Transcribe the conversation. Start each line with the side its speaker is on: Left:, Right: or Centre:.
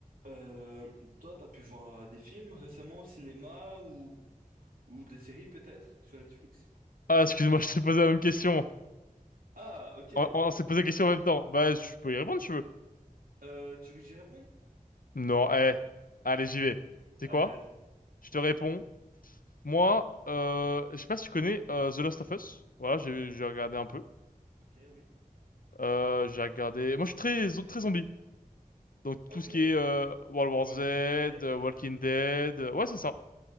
Right: Euh, toi, t'as pu voir des films récemment au cinéma ou, ou des séries peut-être sur Netflix?
Left: Ah, excuse-moi, <laughs> je t'ai posé la même question.
Right: Ah, ok.
Left: On, on s'est posé la question en même temps. Bah, je peux y répondre si tu veux.
Right: Euh, tu veux que j'y réponde?
Left: Non, eh. Allez, j'y vais. C'est
Right: Allez,
Left: quoi?
Right: vas-y.
Left: Je te réponds. Moi, euh, je sais pas si tu connais euh, The Last of Us. Voilà, j'ai j'ai regardé un peu.
Right: Ok, oui.
Left: Euh, j'ai regardé. Moi, je suis très zo- très zombie. Donc
Right: Ok,
Left: tout ce
Right: ouais.
Left: qui est euh, World
Right: The
Left: War
Right: Walking
Left: Z, euh,
Right: Dead. euh,
Left: Walking Dead, euh, ouais, c'est ça.